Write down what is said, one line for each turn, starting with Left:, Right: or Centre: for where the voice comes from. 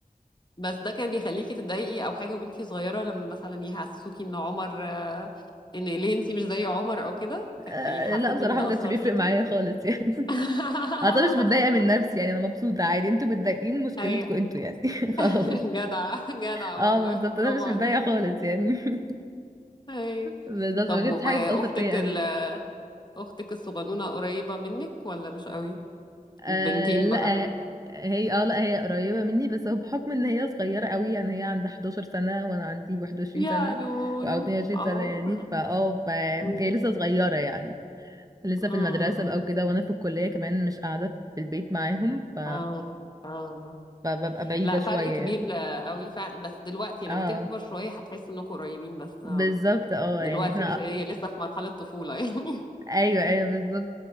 Left: بس ده كان بيخليكي تتضايقي او حاجه وانتي صغيره لما مثلا يحسسوكي ان عمر آه، ان ليه انتي مش زي عمر او كده
Right: <laughs>
Left: كان-
Right: آه،
Left: يعني حسيتي
Right: لا بصراحة
Left: ان ده
Right: ما كانش
Left: اثر
Right: بيفرق
Left: فيكي
Right: معايا خالص يعني
Left: <laughs>
Right: <laughs> انا طبعا مش متضايقة من نفسي يعني انا مبسوطة عادي انتوا متضايقين مشكلتكم
Left: ايوه
Right: انتوا يعني <laughs> خلاص
Left: <laughs> جدع جدع
Right: اه
Left: والله
Right: بالظبط
Left: برافو
Right: انا مش
Left: عليكي
Right: متضايقة خالص يعني <laughs>
Left: اي
Right: بالظبط
Left: طب
Right: ما
Left: واختك
Right: كانتش حاجة بتأثر فيا
Left: ال...
Right: قوي
Left: اختك الصغنونه قريبه منك ولا مش قوي
Right: آه
Left: البنتين
Right: لا
Left: بقى
Right: هي اه لا هي قريبة مني بس هو بحكم ان هي صغيرة قوي يعني هي عندها 11 سنة وانا عندي 21
Left: يا
Right: سنة
Left: لولو
Right: او 22
Left: اه
Right: سنة يعني
Left: <laughs>
Right: فاه فهي
Left: أمم،
Right: لسه صغيرة يعني لسه
Left: أمم.
Right: في المدرسة بقى وكده وانا في الكلية كمان مش قاعدة في البيت معاهم ف...
Left: اه اه
Right: فببقى بعيدة
Left: لا
Right: شوية
Left: فرق كبير
Right: يعني
Left: قوي ف... بس دلوقتي
Right: اه
Left: لما تكبر شويه هتحس انكم قريبين بس
Right: بالظبط
Left: آم،
Right: اه
Left: دلوقتي
Right: يعني احنا
Left: الف- هي لسه في مرحله طفوله يعني
Right: ايوه ايوه بالظبط